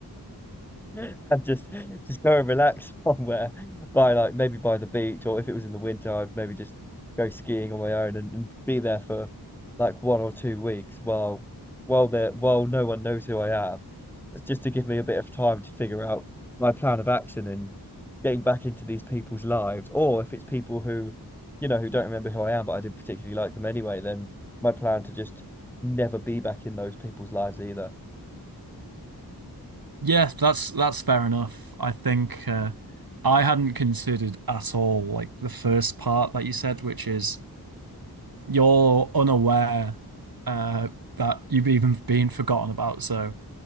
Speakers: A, in the centre; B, on the right (about 65°).
A: <laughs> and just just go and relax <laughs> somewhere by like maybe by the beach or if it was in the winter I'd maybe just go skiing on my own and, and be there for like one or two weeks while while there while no one knows who I am just to give me a bit of time to figure out my plan of action and getting back into these people's lives or if it's people who you know who don't remember who I am but I didn't particularly like them anyway then my plan to just never be back in those people's lives either
B: Yeah, that's that's fair enough. I think uh, I hadn't considered at all like the first part that you said, which is you're unaware uh, that you've even been forgotten about. So